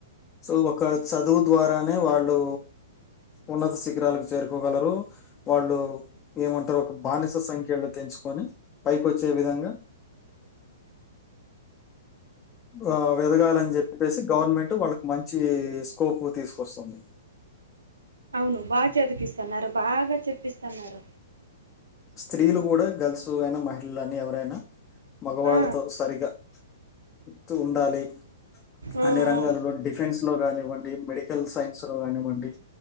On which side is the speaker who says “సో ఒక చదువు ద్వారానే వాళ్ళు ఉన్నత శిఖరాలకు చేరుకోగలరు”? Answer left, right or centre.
Left